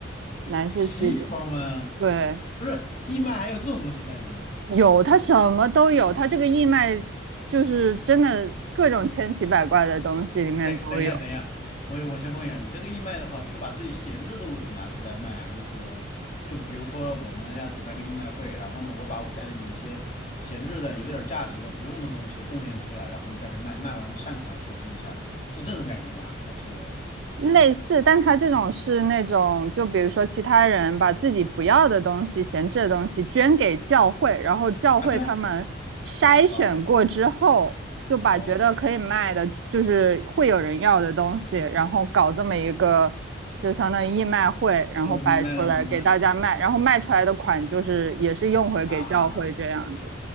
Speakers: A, on the right; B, on the left.
A: 男士西装。
B: 西装吗？
A: 对，
B: 不是，义卖还有这种东西卖吗？
A: 有，它什么都有，它这个义卖就是真的各种千奇百怪的东西里面都有。
B: 哎，等一下，等一下，我我先问一下，你这个义卖的话，是把自己闲置的物品拿出来卖，还是说，就比如说我们要举办个义卖会，然后呢，我把我家里面一些闲置的、有点价值的、不用的东西贡献出来，然后呢，在这卖，卖完的善款筹集一下，是这种感觉吗？还是
A: 类似，但它这种是那种，就比如说其他人把自己不要的东西、闲置的东西捐给教会，然后教会他们筛选过之后，
B: 啊，对啊，啊
A: 就把觉得可以卖的，
B: ，OK，
A: 就是会有人要的东西，然后搞这么一个，就相当于义卖会，然后摆出来给大家卖，
B: 我明白了，我明白了
A: 然后卖出来的款就是也是用回给教会这样子。
B: 啊。